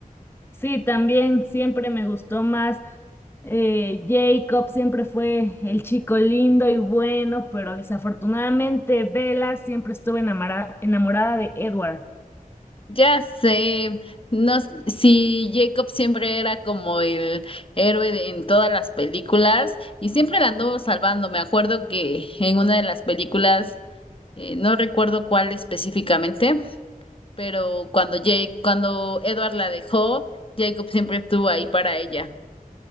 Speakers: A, on the left; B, on the left.
A: Sí, también siempre me gustó más. Eh, Jacob siempre fue el chico lindo y bueno, pero desafortunadamente Bella siempre estuvo enamorada, enamorada de Edward.
B: Ya sé, no, s- si Jacob siempre era como el héroe de- en todas las películas y siempre la anduvo salvando. Me acuerdo que en una de las películas, eh, no recuerdo cuál específicamente, pero cuando Jake, cuando Edward la dejó, Jacob siempre estuvo ahí para ella.